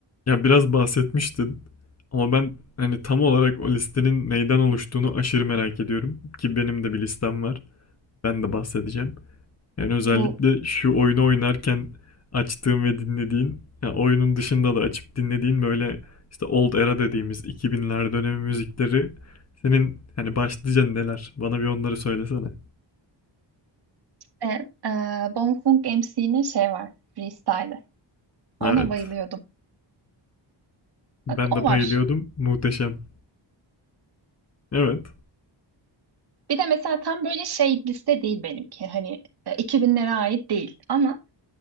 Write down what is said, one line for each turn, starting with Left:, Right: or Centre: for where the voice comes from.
Left: Ya biraz bahsetmiştin ama ben hani tam olarak o listenin neyden oluştuğunu aşırı merak ediyorum ki benim de bir listem var. Ben de bahsedeceğim. Yani özellikle
Right: Bu
Left: şu oyunu oynarken açtığım ve dinlediğin, ya oyunun dışında da açıp dinlediğin böyle işte old era dediğimiz 2000'ler dönemi müzikleri senin hani başlıca neler? Bana bir onları söylesene.
Right: e, e, Bonfunk MC'nin şey var. Freestyle'ı. Ona
Left: Evet.
Right: bayılıyordum.
Left: Ben
Right: Bak o
Left: de
Right: var.
Left: bayılıyordum. Muhteşem. Evet.
Right: Bir de mesela tam böyle şey liste değil benimki. Hani e, 2000'lere ait değil. Ama